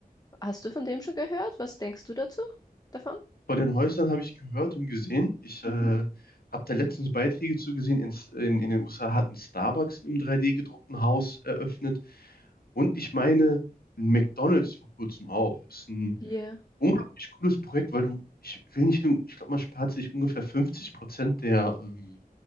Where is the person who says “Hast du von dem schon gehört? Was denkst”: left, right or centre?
Left